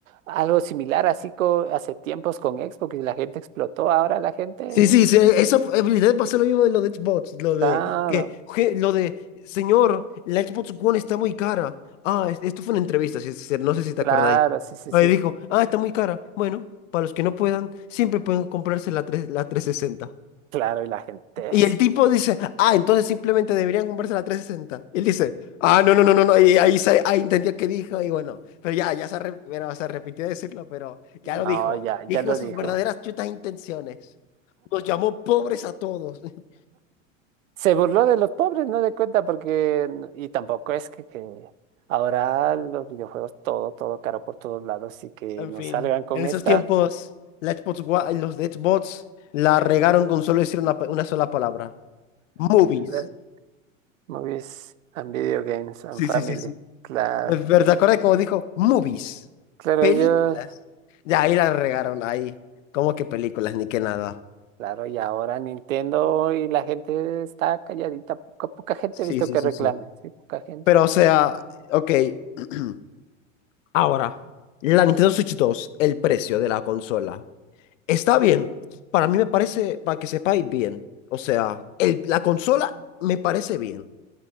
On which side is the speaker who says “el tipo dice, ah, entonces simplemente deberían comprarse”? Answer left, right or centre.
Left